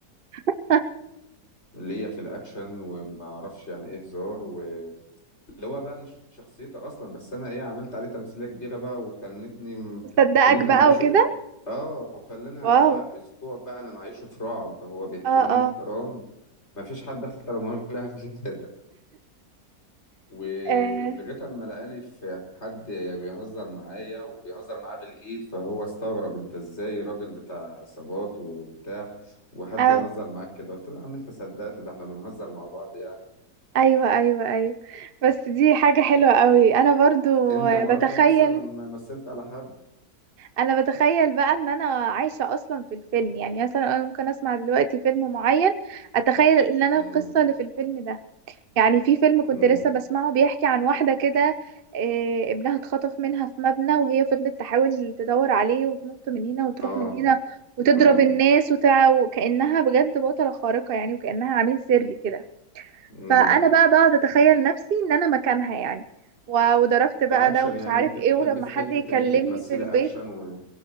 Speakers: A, on the right (about 50°); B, on the left (about 40°).
A: <laughs>
B: ليا في الاكشن وما اعرفش يعني ايه هزار واللي هو بقى مش شخصيتي اصلا بس انا ايه عملت عليه تمثيليه كبيره بقى وخلتني م...
A: مصدقك
B: خلتني
A: بقى
B: معيشه
A: وكده
B: اه وخلاني
A: واو
B: بقى اسبوع بقى انا معيشه في رعب هو بيحترمني
A: اه آه.
B: احترام ما فيش حد احترمه لها قبل كده ولغايه
A: آه،
B: اما لقاني في حد بيهزر معايا وبيهزر معاه بالايد فهو استغرب انت ازاي راجل بتاع عصابات وبتاع وحد
A: أو
B: يهزر معاك كده قلت له يا عم انت صدقت ده احنا بنهزر مع بعض يعني
A: أيوة أيوة أيوة بس دي حاجة حلوة قوي أنا برضو
B: انت مرة
A: بتخيل
B: مثلا مثلت على حد
A: أنا بتخيل بقى إن أنا عايشة أصلا في الفيلم يعني مثلا أنا ممكن أسمع دلوقتي فيلم معين أتخيل إن أنا
B: امم
A: القصة اللي في الفيلم ده يعني في فيلم كنت
B: امم
A: لسه بسمعه بيحكي عن واحدة كده آه، ابنها اتخطف منها في مبنى وهي فضلت تحاول تدور عليه وتنط من هنا وتروح
B: اه
A: من هنا وتضرب
B: اه
A: الناس وتع... وكأنها بجد بطلة خارقة يعني وكأنها عميل سري كده
B: امم
A: فانا بقى بقعد اتخيل نفسي ان انا مكانها يعني و- وضربت بقى
B: ده اكشن
A: ده ومش
B: يعني
A: عارف
B: انت
A: ايه
B: بتحب
A: ولما
B: في
A: حد
B: حتة
A: يكلمني
B: اللي انت تمثلي
A: في البيت
B: اكشن و...